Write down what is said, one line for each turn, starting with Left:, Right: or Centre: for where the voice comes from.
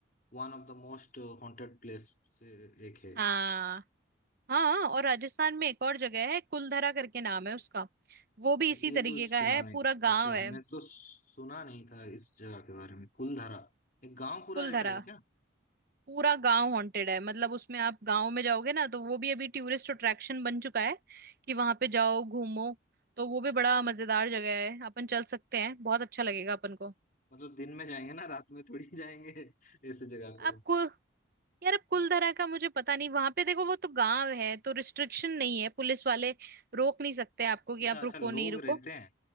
Left: one of the most haunted place से एक है
Right: हाँ हाँ और राजस्थान में एक और जगह है कुलधरा करके नाम है उसका वो भी इसी
Left: ये
Right: तरीके
Left: तो सुना
Right: का है
Left: नहीं
Right: पूरा गांव
Left: अच्छा
Right: है
Left: मैं तो सुना नहीं था इस जगह के बारे में कुलधारा एक गांव पूरा
Right: कुलधरा
Left: ऐसा है क्या
Right: पूरा गांव हॉन्टेड है मतलब उसमें आप गांव में जाओगे ना तो वो भी अभी टूरिस्ट अट्रैक्शन बन चुका है कि वहां पे जाओ घूमो तो वो भी बड़ा मजेदार जगह है अपन चल सकते हैं बहुत अच्छा लगेगा अपन को
Left: मतलब दिन में जाएंगे ना रात में थोड़ी <laughs> जाएंगे ऐसे जगह को
Right: आपको यार अब कुलधरा का मुझे पता नहीं वहां पे देखो वो तो गांव है तो रिस्ट्रिक्शन नहीं है पुलिस वाले रोक नहीं सकते आपको कि
Left: अच्छा
Right: आप
Left: अच्छा
Right: रुको
Left: लोग
Right: नहीं रुको
Left: रहते हैं